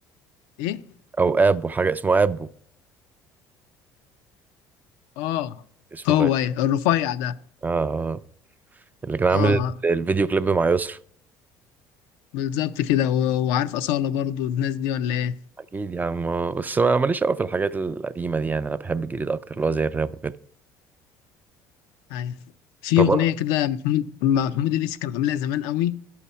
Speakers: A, on the left; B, on the right.
A: ايه
B: او ابو حاجه اسمه ابو
A: اه
B: اسمه
A: هو
B: غير
A: ايه الرفيع ده
B: اه آه. آه. اللي كان عامل
A: اه
B: الفيديو كليب مع يسرا
A: بالظبط كده و- وعارف أصالة برضو الناس دي ولا ايه
B: اكيد يا عم آه. بس ما ماليش قوي في الحاجات القديمه دي يعني انا بحب الجديد اكتر اللي هو زي الراب وكده
A: ايوه في
B: طب
A: أغنية
B: أنا-
A: كده محمود محمود الليثي كان عاملها زمان قوي